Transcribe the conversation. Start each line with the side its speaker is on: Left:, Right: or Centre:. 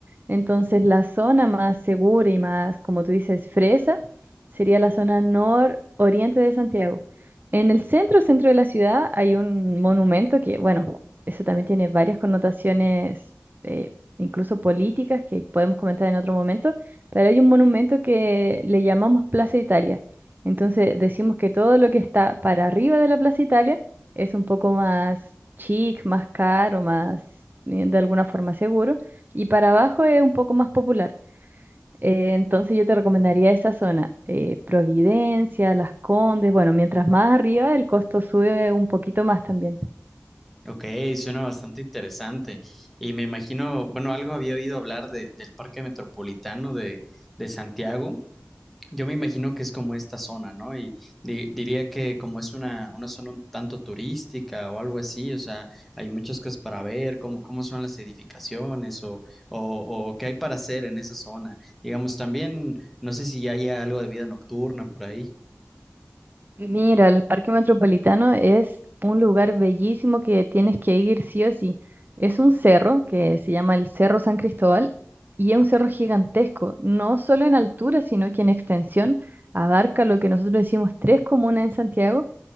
Right: Entonces, la zona más segura y más, como tú dices, fresa, sería la zona nororiente de Santiago. En el centro, centro de la ciudad, hay un monumento que, bueno, eso también tiene varias connotaciones, eh, incluso políticas, que podemos comentar en otro momento, pero hay un monumento que le llamamos Plaza Italia. Entonces, decimos que todo lo que está para arriba de la Plaza Italia es un poco más chic, más caro, más, eh, de alguna forma seguro. Y para abajo es un poco más popular. Eh, entonces yo te recomendaría esa zona, eh, Providencia, Las Condes. Bueno, mientras más arriba el costo sube un poquito más también.
Centre: Ok, suena bastante interesante. Y me imagino, bueno, algo había oído hablar de, del Parque Metropolitano de, de Santiago. Yo me imagino que es como esta zona, ¿no? Y di- diría que como es una, una zona un tanto turística o algo así, o sea, hay muchas cosas para ver, cómo, cómo son las edificaciones o, o, o qué hay para hacer en esa zona. Digamos, también, no sé si haya algo de vida nocturna por ahí.
Right: Mira, el Parque Metropolitano es un lugar bellísimo que tienes que ir sí o sí. Es un cerro que se llama el Cerro San Cristóbal y es un cerro gigantesco, no solo en altura, sino que en extensión abarca lo que nosotros decimos tres comunas en Santiago